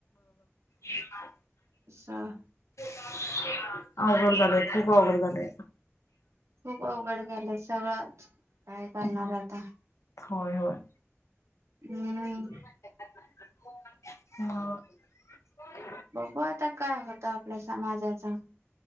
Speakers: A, on the left; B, on the right.
A: शिवबा.
B: सहा.
A: ते <unintelligible> अवघड झाले आहे, खूप आवघड झाले.
B: खूप अवघड झालंय सगळं. काय करणार
A: हा
B: आता?
A: होय, होय.
B: हम्म.
A: <inaudible> हा होय.
B: बघू आता काय होतं आपल्या समाजाच,